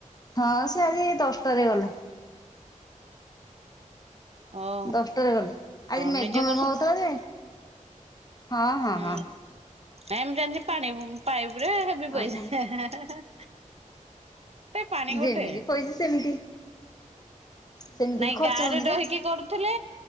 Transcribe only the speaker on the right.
ଓହୋ।
ହଁ
ନିଜେ କରୁଛ
ହୁଁ,
ଏମିତି ଜାଣିଛି ପାଣି ପାଇପି ରେ
<unintelligible>
ପାଣି ଗୋଟେ।
ନାଇଁ
ଗାଁ
ରେ ରହିକି
କର ଥେଲେ